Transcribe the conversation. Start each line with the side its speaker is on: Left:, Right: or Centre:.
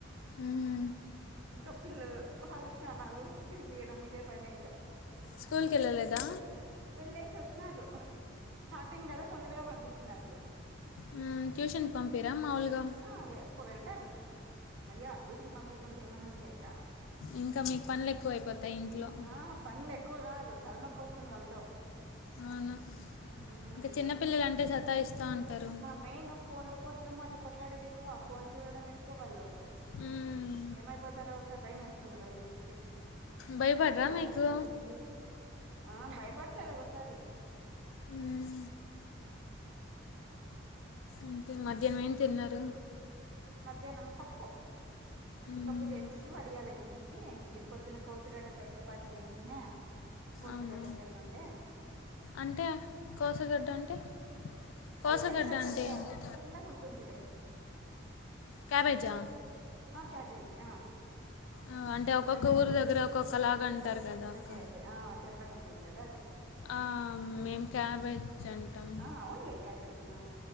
Left: ఉమ్మ్
Right: ఇంకా పిల్లలు వాళ్ళకు స్నానాలు తినిపియడం ఇదే పనే ఇంగా
Left: స్కూల్‌కి ఎళ్ళలేదా
Right: వెళ్ళేసి వచ్చినారు స్టార్టింగ్ కదా తొందరగా పంపిచినారు
Left: ఉమ్మ్ ట్యూషన్‌కి పంపిరా మాములుగా
Right: ఆ వె పొవెళ్తారు మయ్యా ట్యూషన్‌కి పంపియకుంటే ఏమన్నా ఉందా ఇంకా
Left: ఇంకా మీకు ప నులు ఎక్కువ అయిపోతాయి ఇంట్లో
Right: ఆ పనులు ఎక్కువ కాదు తలనొప్పి వస్తుంది వాళ్ళతో
Left: అవును
Right: ఉమ్
Left: ఇంకా చిన్నపిల్లలంటే సతా ఇస్తా ఉంటారు
Right: మెయిను ఫోన్ల కోసరం అట్లా కొట్లాడేది ఎక్కువ ఫోన్ చూడడం ఎక్కువ వాళ్ళు
Left: మ్మ్.
Right: ఏమైపోతారో ఓసారి భయం వేస్తుంది వాళ్ళని చూస్తే
Left: భయపడరా
Right: లేదమ్మా
Left: మీకు
Right: ట్యూషన్‌కి ఆ భయపడతారు ఒక్కోసారి
Left: మ్మ్. ఇంకేమి మధ్యాహ్న ఏం తిన్నారు
Right: మధ్యాహ్నం పప్పు
Left: మ్మ్.
Right: పప్పు చేసింటి వడియాలు ఎయించింటి ఇది పొద్దున కోసగడ్డ ఫ్రై చపాతి చేసింటినా కోసగడ్డ
Left: అవునా
Right: ఫ్రై ఉండే
Left: అంటే కోసగడ్డ అంటే కోసగడ్డ
Right: అదే తెల్లగడ్డ
Left: అంటే ఏంటి
Right: తెల్లగా ఉంటుంది చుడి
Left: క్యాబేజా
Right: ఆ క్యాబేజీ ఆ
Left: ఆ అంటే
Right: కోసగడ్డ
Left: ఒక్కొక్క
Right: అంటాం
Left: ఊరు దగ్గర ఒక్కొక్కలాగా అంటారు కదా అక్క
Right: అదే అదే ఆ తెల్లగా ఉంటుంది కదా అదే
Left: ఆ మేం క్యాబేజ్ అంటాం
Right: ఆ అవునులే క్యాబేజీ